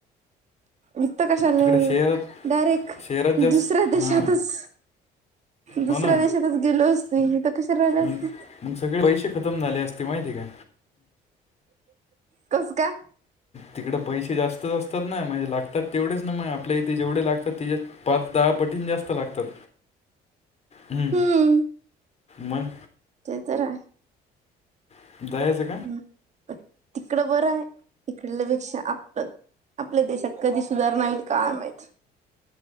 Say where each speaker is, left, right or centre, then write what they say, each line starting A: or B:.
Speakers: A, on the right; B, on the left.
A: इथं कशाला
B: तिकडे शहरात
A: डायरेक्ट
B: शहरात जास्त
A: दुसऱ्या देशातच
B: हा
A: दुसऱ्या
B: हो ना
A: देशातच गेलो असतो इथं कशाला राहिल
B: म-
A: असतो
B: मग सगळे पैसे खतम झाले असते माहितीय का
A: कसं काय
B: तिकडे पैसे जास्त अस त नाही म्हणजे लागतात तेवढेच ना आपल्या इथे जेवढे लागतात तिच्या पाच दहा पटी जास्त लागतात हम्
A: हम्म
B: मग
A: ते तर आहे
B: <unintelligible>
A: ह तिकड बरं हाय इकडल्यापेक्षा आपलं आपल्या देशात कधी सुधारणा होईल काय माहित